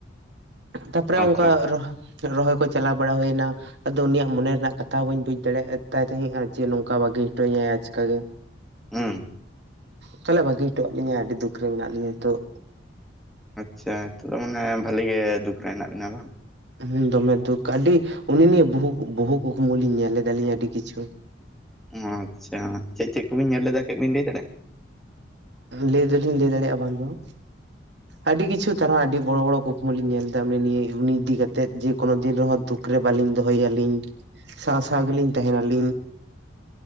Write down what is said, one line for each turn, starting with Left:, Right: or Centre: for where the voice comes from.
Right: ᱛᱟᱯᱚᱨᱮ
Centre: ᱟᱪᱪᱷᱟ
Right: ᱚᱱᱠᱟ ᱨᱚᱦ ᱨᱚᱦᱚᱭ ᱠᱚ ᱪᱟᱞᱟᱣ ᱵᱟᱲᱟ ᱦᱩᱭᱱᱟ᱾ ᱟᱫᱚ ᱩᱱᱤᱭᱟᱜ ᱢᱚᱱᱮ ᱨᱮᱱᱟᱜ ᱠᱟᱛᱷᱟ ᱦᱚᱸ ᱵᱟᱹᱧ ᱵᱩᱡ ᱫᱟᱲᱮ ᱟᱫ ᱛᱟᱭ ᱛᱟᱦᱮᱸᱜᱼᱟ ᱡᱮ ᱱᱚᱝᱠᱟ ᱵᱟᱹᱜᱤ ᱦᱚᱴᱚᱟᱹᱧᱟᱭ ᱟᱪᱠᱟ ᱜᱮ᱾
Centre: ᱦᱮᱸ᱾
Right: ᱛᱟᱦᱚᱞᱮ ᱵᱟᱹᱜᱤ ᱦᱚᱴᱚᱭᱟᱫ ᱞᱤᱧᱟᱹᱭ ᱟᱹᱰᱤ ᱫᱩᱠ ᱨᱮ ᱢᱮᱱᱟᱜ ᱞᱤᱧᱟ ᱦᱤᱛᱚᱜ᱾
Centre: ᱟᱪᱪᱷᱟ ᱦᱤᱛᱟᱜ ᱫᱚ ᱢᱟᱱᱮ ᱵᱷᱟᱞᱮ ᱜᱮ ᱫᱩᱠ ᱨᱮ ᱦᱮᱱᱟᱜ ᱵᱤᱱᱟ ᱵᱟᱝ?
Right: ᱦᱩ ᱫᱚᱢᱮ ᱫᱩᱠ ᱟᱹᱰᱤ ᱩᱱᱤ ᱱᱤᱭᱮ ᱵᱚᱦᱩ ᱵᱚᱦᱩ ᱠᱩᱠᱢᱩ ᱞᱤᱧ ᱧᱮᱞ ᱞᱮᱫᱟᱞᱤᱧ ᱟᱹᱰᱤ ᱠᱤᱪᱷᱩ᱾
Centre: ᱚ ᱟᱪᱪᱷᱟ ᱪᱮᱫ ᱪᱮᱫ ᱠᱚᱵᱤᱱ ᱧᱮᱞ ᱞᱮᱫᱟ ᱠᱟᱹᱡ ᱵᱤᱱ ᱞᱟᱹᱭ ᱫᱟᱲᱮᱜᱼᱟ?
Right: ᱞᱟᱹᱭ ᱫᱚᱞᱤᱧ ᱞᱟᱹᱭ ᱫᱟᱲᱮᱭᱟᱜᱼᱟ ᱵᱟᱝ ᱫᱚ ᱵᱟᱝ᱾
Centre: <inaudible>
Right: ᱟᱹᱰᱤ ᱠᱤᱪᱷᱩ ᱛᱟᱣ ᱨᱮᱦᱚᱸ ᱟᱹᱰᱤ ᱵᱚᱲᱚ ᱵᱚᱲᱚ ᱠᱩᱠᱢᱩ ᱞᱤᱧ ᱧᱮᱞ ᱞᱮᱫᱟ ᱩᱱᱤ ᱱᱤᱭᱟᱹ ᱩᱱᱤ ᱤᱫᱤ ᱠᱟᱛᱮᱫ ᱡᱮ ᱠᱚᱱᱳ ᱫᱤᱱ ᱨᱮᱦᱚᱸ ᱫᱩᱠ ᱠ ᱨᱮ ᱵᱟᱞᱤᱧ ᱫᱚᱦᱚᱭᱟᱞᱤᱧ, ᱥᱟᱶ ᱥᱟᱶ ᱜᱮᱞᱤᱧ ᱛᱟᱦᱮᱱᱟᱞᱤᱧ᱾